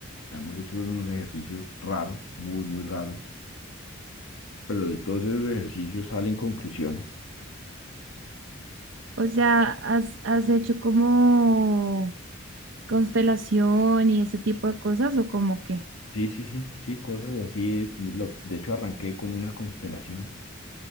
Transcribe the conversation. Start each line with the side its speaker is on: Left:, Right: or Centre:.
Left: hemos hecho unos ejercicios raros, muy, muy raros, pero de todos esos ejercicios salen conclusiones.
Right: O sea, ¿has, has hecho como constelación y ese tipo de cosas o como qué?
Left: Sí, sí, sí, sí, cosas así. mi- lo- de hecho, arranqué con una constelación.